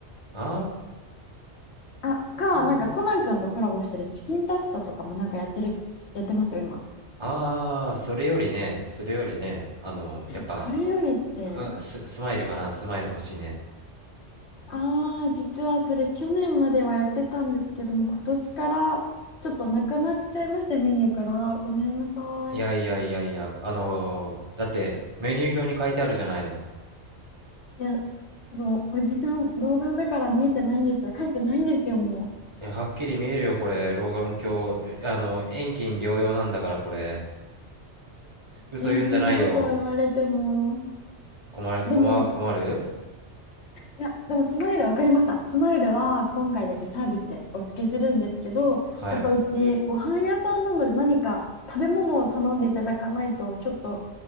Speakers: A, on the right (about 25°); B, on the left (about 70°).
A: あ
B: あ、か、なんかコナン君とコラボしてるチキンタツタとかもなんかやってる、
A: ー、
B: やってますよ、今。
A: あー、それよりね、それよりね、あの、やっぱ、
B: それよりって、
A: うん、ス、スマイルかな、スマイル欲しいね。
B: ああ、実はそれ去年まではやってたんですけども、今年からちょっとなくなっちゃいまして、メニューから。ごめんなさい。
A: いやいやいやいや、あのーだって、メニュー表に書いてあるじゃないの。
B: いや、もう、おじさん、老眼だから見えてないんです書いてないんですよ、も
A: いや、はっきり見えるよ、これ。老眼鏡。あの、遠近両用なんだから、これ。嘘言うんじゃないよ。
B: う。いや、そんなことを言われても。
A: 困る、
B: でも、
A: 困る、困る
B: いや、でも、スマイル分かりました。スマイルは、今回だけサービスでお付けするんですけど、
A: はい。
B: やっぱうち、ご飯屋さんなので、何か食べ物を頼んでいただかないと、ちょっと